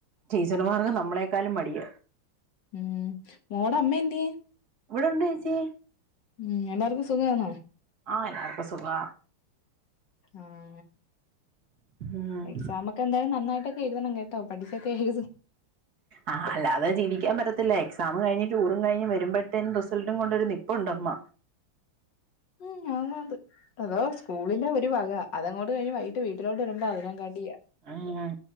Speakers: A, on the right; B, on the left.
A: ടീച്ചർമാർക്ക് നമ്മളെക്കാളും മടിയ.
B: ം മോട അമ്മ എന്ത്യേ?
A: ഇവിടെ ഉണ്ടോ ചേച്ചി
B: ഉം എല്ലാർക്കും സുഖാണോ?
A: ആഹ് എല്ലാർക്കും സുഖാ.
B: ആഹ്
A: ഉം
B: എക്സാമോ ക്കെ എന്തായാലും നന്നായിട്ടൊക്കെ എഴുതണം കേട്ടോ പഠിച്ചൊക്കെ എഴുത്.
A: ആഹ് അല്ലാതെ ജീവിക്കാൻ പറ്റത്തില്ല എക്സാം കഴിഞ്ഞ് ടൂറും കഴിഞ് വരുമ്പോഴത്തേും റിസൾട്ടും കൊണ്ടൊരു നിപ്പുണ്ടുമ്മ.
B: ം <unintelligible> അതോ സ്കൂളിന്റെ ഒരു വക അതങ്ങോട്ട് കഴി ട്ട് വീട്ടിലോട്ട് വരുമ്പോ അതിനാകാട്ടിയാ
A: അങ്ങനെ